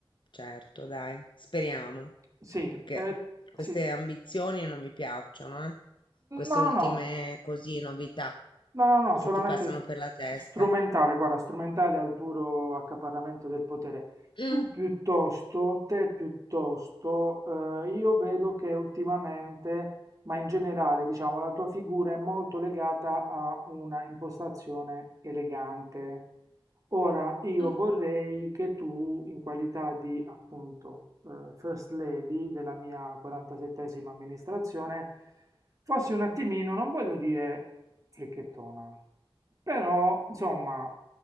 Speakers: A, on the left (about 60°); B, on the right (about 35°).
A: certo, dai, speriamo,
B: Sì,
A: perché
B: eh,
A: queste
B: sì.
A: ambizioni non mi piacciono, eh? Queste
B: No,
A: ultime
B: no,
A: così novità
B: no, no, no,
A: che
B: solamente
A: ti passano
B: s-
A: per la testa.
B: strumentale, guarda, strumentale al puro accaparramento del potere.
A: Mm,
B: Tu piuttosto, te piuttosto, eh, io vedo che ultimamente, ma in generale, diciamo, la tua figura è molto legata a una impostazione elegante. Ora io
A: mm,
B: vorrei che tu, in qualità di appunto eh, First Lady della mia 47esima amministrazione, fossi un attimino, non voglio dire fricchettona, però insomma,